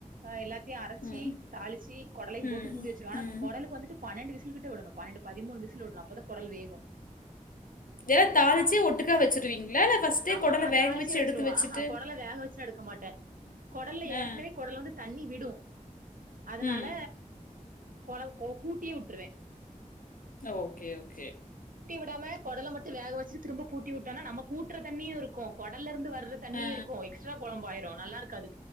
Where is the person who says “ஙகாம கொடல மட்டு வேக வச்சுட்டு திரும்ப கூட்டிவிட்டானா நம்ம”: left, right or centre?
Right